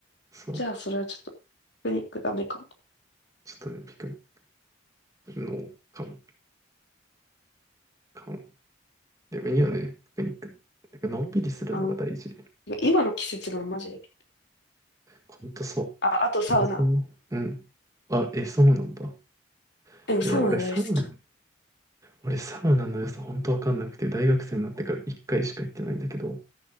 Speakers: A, on the right (about 15°); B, on the left (about 60°).
A: そう。
B: じゃあそれはちょっと、ピクニックダメかも。
A: ちょっとね、ピクニックの、かも、かも。でもいいよね、ピクニック。なんかのんびりするのが大事。
B: あの今の季節がマジで。
A: ほんとそ
B: あ、あとサウナ。
A: う。温泉うん。あ、え、そうなんだ。
B: でもサウナ大好き。
A: え、俺サウナ、俺サウナの良さ本当わかんなくて、大学生になってから一回しか行ってないんだけど、